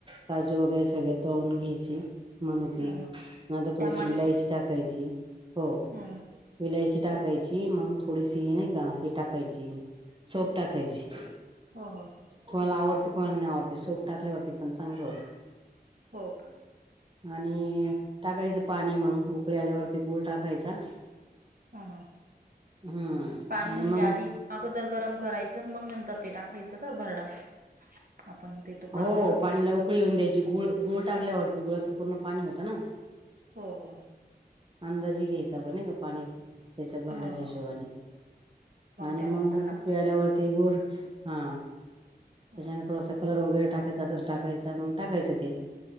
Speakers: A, on the right; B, on the right.
A: काजू वगैरे. सगळे तळून घ्यायचे मनूके.
B: ह ह
A: म आता थोडीशी
B: त्यामध्येच
A: विलायची टाकायची हो.
B: हम्म
A: विलायची टाकायची मग थोडीशी नाही का हे टाकायची सोफ टाकायची.
B: हो हो.
A: कोणाला आवडते कोणाला नाही आवडती सोफ. टाकल्यावरती पण चांगले होत,
B: हो का
A: आणि. टाकायचं पाणी मग उकळी आल्यावरती गुळ टाकायचा.
B: ह ह
A: हम्म
B: पाणी
A: आणि
B: म्हणजे
A: मग
B: आधी अगोदर गरम करायचं मग नं तर ते टाकायचं का भरडा? आपण ते तुपात
A: हो
B: गरम केलेलं
A: पाणीला उकळी येऊन द्यायची गुळ गुळ टाकल्यावरती गुळाचं पूर्ण पाणी होतं ना.
B: हो हो
A: अंदाजे घ्यायचं नाही का पाणी. त्याच्या भांड्याच्या
B: हा हा
A: हिशोबाने. आणि
B: त्यानंतर
A: मग
B: टाकायचं
A: उकळी आल्यावरती गोर हा.
B: हम्म
A: त्याच्याम थोडासा कलर वगैरे टाकायचा असं टाकायचं मग टाकायचं ते.